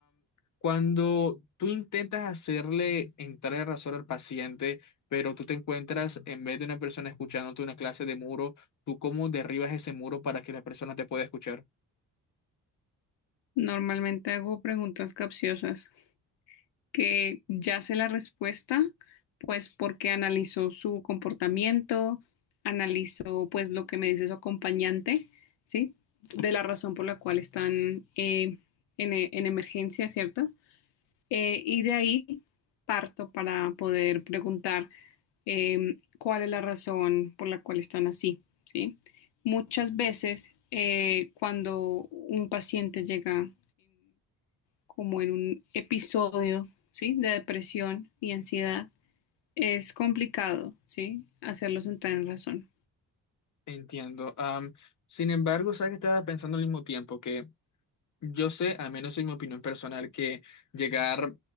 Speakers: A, on the left; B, on the left.
A: Cuando tú intentas hacerle entrar en razón al paciente, pero tú te encuentras en vez de una persona escuchándote una clase de muro, ¿tú cómo derribas ese muro para que la persona te pueda escuchar?
B: Normalmente hago preguntas capciosas. que ya sé la respuesta, pues porque analizó su comportamiento, analizó pues lo que me dice su acompañante, ¿sí? De la razón por la cual están eh, en, e- en emergencia, ¿cierto? Eh, y de ahí parto para poder preguntar eh, cuál es la razón por la cual están así, ¿sí? Muchas veces eh, cuando un paciente llega como en un episodio, ¿sí? De depresión y ansiedad, es complicado, ¿sí? Hacerlos entrar en razón.
A: Entiendo. Am, sin embargo, sabes que estaba pensando al mismo tiempo que Yo sé, al menos en mi opinión personal, que llegar